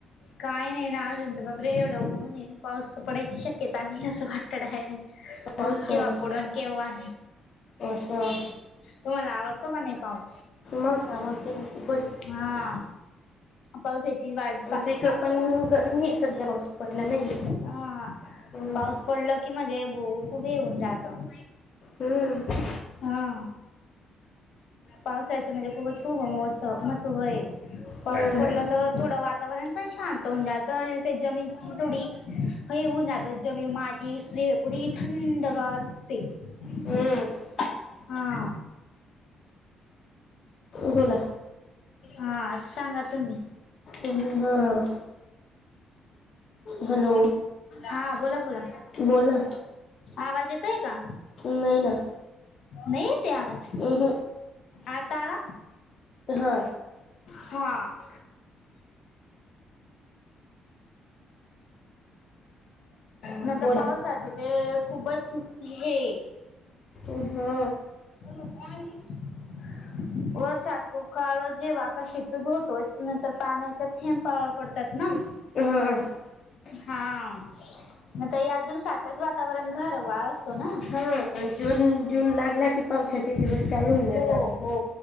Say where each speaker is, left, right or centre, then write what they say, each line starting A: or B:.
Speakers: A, on the left; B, on the left.
A: काय नाही ना अजून तर बाबरे! एवढ ऊन आहे पाऊस पडायची शक्यता नाही असं वाटत डॉयरेक्ट. पाऊस
B: असं
A: केंवा पुरण केवा.
B: असं
A: तुम्हाला आवडत. त ग नाही पाऊ-
B: मग आवरय खुपच.
A: हा पावसाची वाढ.
B: आमच इकडे पण गरमी आहे सध्या पाऊस पडला नाही.
A: हा
B: हम्म
A: पाऊस पडला. की म्हणजे खूप येऊन जातं-
B: हम्म
A: हा पावसाच म्हणजे खूप महत्व आहे पाऊस
B: हम्म
A: पडला तर थोडं वा- वातावरण पण शांत होन जातं ते जमीनची थोडी- ह ऊनतातो जमीन माटी से पुुरी थंडगार असते. नाही
B: हम्म
A: हा
B: बोला
A: हा सांगा तुम्ही
B: हा हॅलो
A: हा बोला बोला
B: बोल ना
A: आवाज येतो. होय का?
B: नाही ना
A: नाही ते आवाज
B: अह
A: आ टाळा
B: हा
A: हा <inaudible> नाहीत
B: बोला
A: पावसाचे ते. खूपच हे!
B: अ हा
A: हॅलो कहा हे वर्षात तो काळं तेव्हा आकाशीतून होतोयचं तर पाण्याचा थेंब प पडतात ना
B: <inaudible>
A: हा मंचा या दिवसांतच वातावरण घारवास सोडा
B: ह जून जून लागला कि पावसाचे दिवस चालू होऊन जातात
A: हो हो